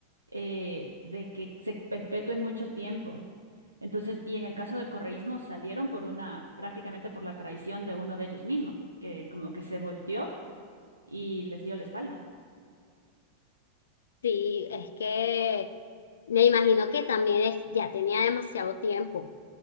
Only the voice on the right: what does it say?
eh, de que se perpetúen mucho tiempo. Entonces, y en el caso del correísmo salieron por una, prácticamente por la traición de uno de ellos mismo, que como que se volteó y les dio la espalda.